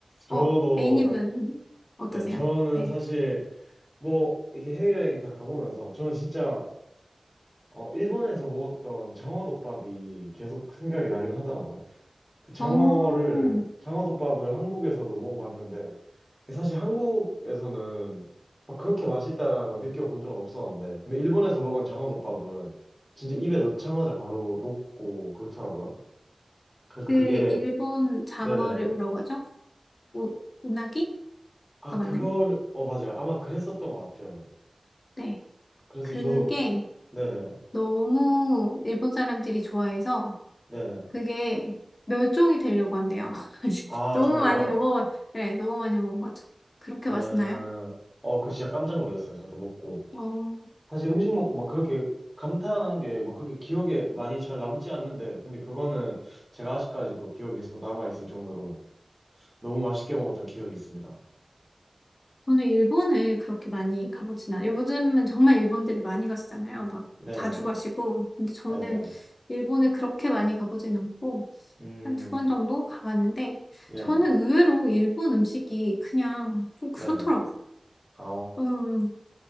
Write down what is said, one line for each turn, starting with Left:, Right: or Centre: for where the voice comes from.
Centre: 저도,
Left: 어, A님은 어떠세요?
Centre: 네, 저는
Left: 네.
Centre: 사실 뭐, 이렇게 해외여행 다 가보면서 저는 진짜 어, 일본에서 먹었던 장어덮밥이 계속 생각이 나긴 하더라고요. 그 장어를,
Left: 오
Centre: 장어덮밥을 한국에서도 먹어봤는데, 사실 한국에서는 막 그렇게 맛있다라는 걸 느껴본 적은 없었는데, 근데 일본에서 먹은 장어덮밥은 진짜 입에 넣자마자 바로 녹고 그렇더라고요. 그래서
Left: 그
Centre: 그게,
Left: 일본 장어를
Centre: 네네.
Left: 뭐라고 하죠? 우, 우나기가
Centre: 아,
Left: 맞나요?
Centre: 그거를, 어, 맞아요. 아마 그랬었던 것 같아요.
Left: 네.
Centre: 그래서
Left: 그게
Centre: 저도, 네네,
Left: 너무 일본 사람들이 좋아해서
Centre: 네네.
Left: 그게 멸종이 되려고 한대요. <laughs>
Centre: 아,
Left: 너무
Centre: 정말요?
Left: 많이 먹어, 네, 너무 많이 먹어가지고. 그렇게
Centre: 네.
Left: 맛있나요?
Centre: 어, 그거 진짜 깜짝 놀랐어요. 저도 먹고.
Left: 어,
Centre: 사실 음식 먹고 막 그렇게 감탄한 게 막 그렇게 기억에 많이 잘 남지 않는데, 근데 그거는 제가 아직까지도 기억이 계속 남아있을 정도로 너무 맛있게 먹었던 기억이 있습니다.
Left: 저는 일본을 그렇게 많이 가보진 않아요. 요즘은 정말 일본들이 많이 가시잖아요. 막
Centre: 네네,
Left: 자주 가시고. 근데 저는
Centre: 맞아요.
Left: 일본을 그렇게 많이 가보진 않고.
Centre: 음,
Left: 한 두 번 정도 가봤는데,
Centre: 네네,
Left: 저는 의외로 일본 음식이 그냥 좀 그렇더라고요.
Centre: 네네. 아,
Left: 좀,